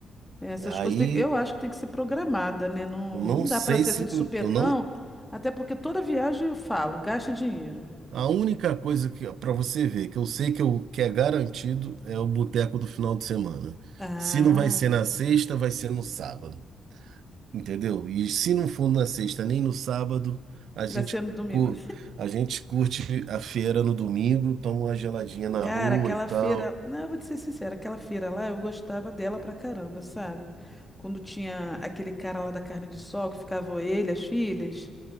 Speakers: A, in the centre; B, on the right (about 75°).
A: Essas
B: Aí
A: coisas tem- eu acho que tem que ser programada, né? Não,
B: eu não
A: não dá
B: sei
A: para ser
B: se
A: assim de supetão,
B: eu não.
A: até porque toda viagem eu falo, gasta dinheiro.
B: A única coisa que para você ver que eu sei que, eu, que é garantido é o boteco do final de semana.
A: Ah,
B: Se não vai ser na sexta, vai ser no sábado. Entendeu? E se não for na sexta nem no sábado, a gente,
A: Vai ser no domingo.
B: cu- a gente curte a feira no domingo, toma uma geladinha na
A: Cara,
B: rua
A: aquela
B: e tal.
A: feira, não, eu vou te ser sincera, aquela feira lá eu gostava dela pra caramba, sabe? Quando tinha aquele cara lá da carne de sol que ficava ele, as filhas.